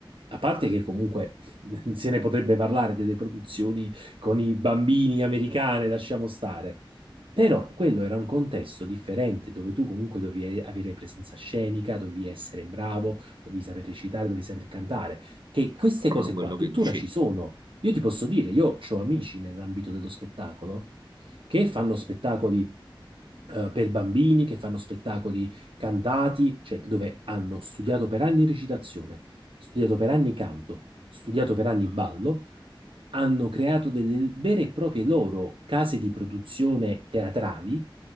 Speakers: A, on the right; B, on the right.
A: a parte che comunque <laughs> se ne potrebbe parlare delle produzioni con i bambini americane, lasciamo stare. Però quello era un contesto differente, dove tu comunque dovevi avere presenza scenica, dovevi essere bravo, dovevi saper recitare, dovevi saper cantare, che queste
B: Proprio
A: cose
B: quello
A: qua tuttora
B: che dicevi.
A: ci sono. Io ti posso dire, io ho amici nell'ambito dello spettacolo che fanno spettacoli eh, per bambini, che fanno spettacoli cantati, cioè dove hanno studiato per anni recitazione, studiato per anni canto, studiato per anni ballo, hanno creato delle vere e proprie loro case di produzione teatrali,